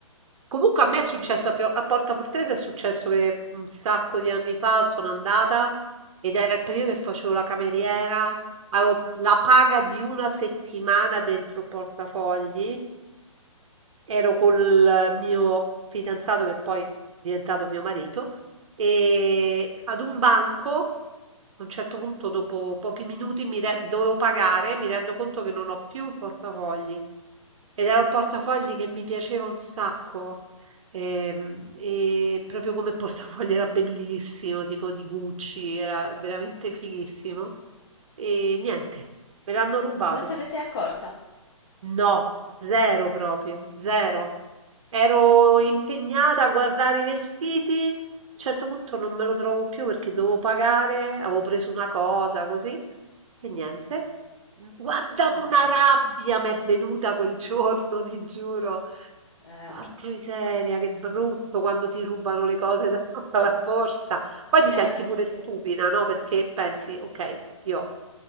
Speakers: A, on the right; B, on the left.
A: Comunque a me è
B: sì.
A: successo a Pio- a Porta Portese, è successo che un sacco di anni fa sono andata ed era il periodo che facevo la cameriera, avevo la paga di una settimana dentro il portafogli, ero col mio fidanzato che poi è diventato mio marito e ad un banco, a un certo punto dopo pochi minuti mi re- dovevo pagare, mi rendo conto che non ho più il portafogli. Ed era un portafogli che mi piaceva un sacco. ehm, E, proprio come portafogli era bellissimo, tipo di Gucci, era veramente fighissimo. E niente, me l'hanno rubato.
B: Non te ne sei accorta?
A: No, zero proprio, zero. Ero impegnata a guardare i vestiti. A un certo punto non me lo trovo più perché dovevo pagare, avevo preso una cosa così. E niente. Guarda, una
B: No.
A: rabbia mi è venuta quel giorno, ti giuro.
B: Eh,
A: Porca miseria, che brutto quando ti rubano le cose da- <laughs> dalla borsa. Poi ti senti
B: eh sì.
A: pure stupida, no? Perché pensi, ok, io